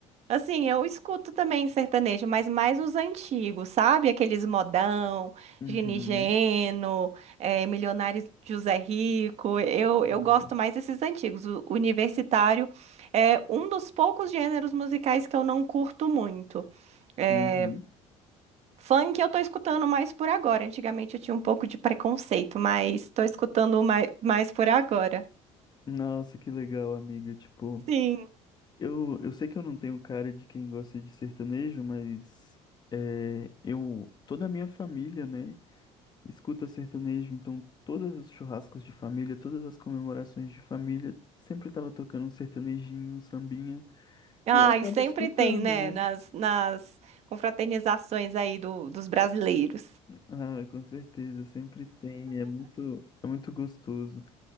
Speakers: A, on the right (about 55°); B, on the left (about 30°).
A: Assim, eu escuto também sertanejo, mas mais os antigos, sabe? Aqueles modão,
B: Uhum.
A: Gini Geno, eh, Milionário José Rico. Eu,
B: Boa.
A: eu gosto mais desses antigos. O universitário é um dos poucos gêneros musicais que eu não curto muito. Eh,
B: Uhum.
A: funk eu tô escutando mais por agora. Antigamente eu tinha um pouco de preconceito, mas tô escutando mais, mais por agora.
B: Nossa, que legal, amiga. Tipo,
A: Sim.
B: eu, eu sei que eu não tenho cara de quem gosta de sertanejo, mas é, eu, toda a minha família, né, escuta sertanejo, então todos os churrascos de família, todas as comemorações de família, sempre tava tocando um sertanejinho, um sambinha,
A: Ai,
B: e eu acabo
A: sempre
B: escutando,
A: tem, né?
B: né?
A: Nas, nas confraternizações aí do, dos brasileiros.
B: Ah, com certeza, sempre tem, é muito, é muito gostoso.